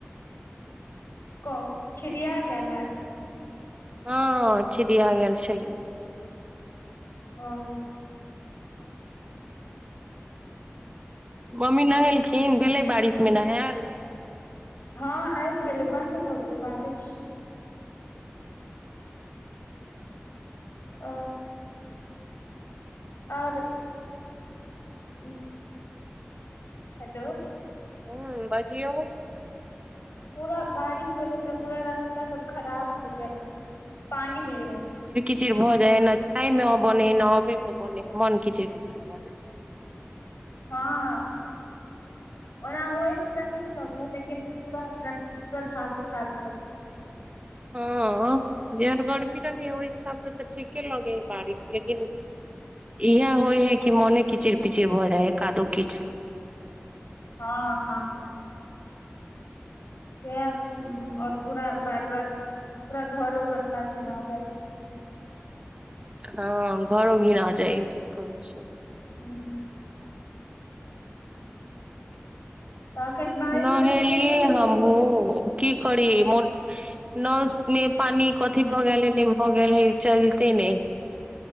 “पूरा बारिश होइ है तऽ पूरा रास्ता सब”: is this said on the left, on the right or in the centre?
Left